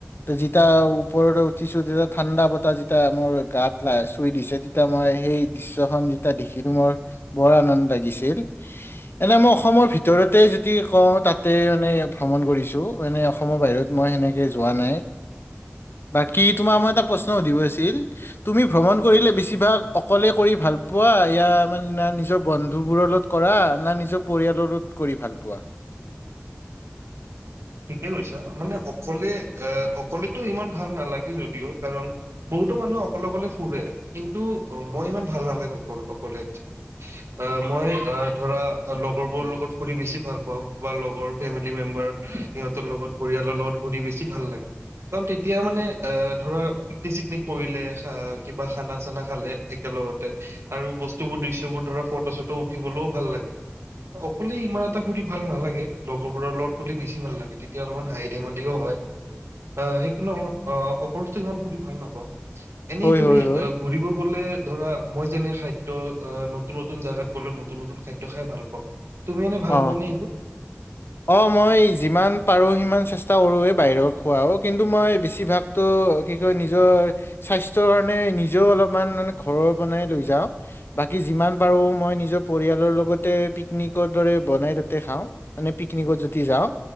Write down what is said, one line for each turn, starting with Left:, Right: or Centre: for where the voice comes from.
Left: যেতিয়া ওপৰতে উঠিছো তেতিয়া ঠাণ্ডা বতা যেতিয়া মোৰ গাত চুই দিছে তেতিয়া মই সেই দৃশ্খনন যেতিয়া দেখিলো মোৰ বৰ আনন্দ লাগিছিল। এনে মই অসমৰ ভিতৰতে যদি কওঁ তাতে মানে ভ্ৰমণ কৰিছো মানে অসমৰ বাহিৰত মই সেনেকে যোৱা নাই বাকী তোমাৰ মই এটা প্ৰশ্ন সুধিব আছিল। তুমি ভ্ৰমণ কৰিলে বেছিভাগ অকলে কৰি ভাল পোৱা, ইয়য়া মানে না নিজৰ বন্ধু বোৰৰ লগত কৰা, না নিজৰ পৰিয়ালৰ লগত কৰি ভাল পোৱা?
Right: থিকেই কৈছা মানে অকলে অকলেতো ইমান ভাল নালাগে যদিও কাৰণ বহুতো মানুহ অকলে অকলে ফুৰে কিন্তু মই ইমান ভাল নালাগে অ অকলে একচেলি মই ধৰা লগৰবোৰৰ লগত ফুৰি বেছি ভাল পাওঁ বা লগৰ ফেমিলি মেম্বাৰ। সিহঁতৰ লগত, পৰিয়ালৰ লগত ঘূৰি বেছি ভাল লাগে, কাৰণ তেতিয়া মানে, এ ধৰা পিকনিক চিকনিক কৰিলে কিবা খানা চানা খালে একেলগতে আৰু বস্তুবোৰ দৃশ্য়বোৰ ধৰ ফটো চটো উঠিবলৈও ভাল লাগে, অকলে ইমান এটা ফুৰি ভাল নালাগে, লগৰবোৰৰ লগত ফুৰি বেছি ভাল লাগে। তেতিয়া অলপমান হাঁহি ধেমালিও হয়। অঁ, সেইিকো, অঁ অকলতো ইমান খুধি ভাল নাপাওঁ? এনেই
Left: হয়
Right: তুমি,
Left: হয় হয়
Right: অঁ ঘূৰিব গ'লে ধৰা মই যেনে খাদ্য নতুন নতুন জাগাত গলে নতুন নতুন খাদ্য খাই ভাল পাওঁ তুমি এনে ভাল
Left: অ',
Right: পোৱা নে এইবোৰ?
Left: অ, মই যিমান <unintelligible> বাহিৰত খোৱা, কিন্তু মই বেছি ভাগ তু নিজৰ সাস্থৰ কাৰণে নিজে অলমান ঘৰৰ বনাই লৈ যাওঁ, বাকি যিমান পাৰু নিজৰ পৰিয়াল ৰাতি পিকনিকত বনাই তাতে খাওঁ মানে পিকনিকত যদি যাওঁ,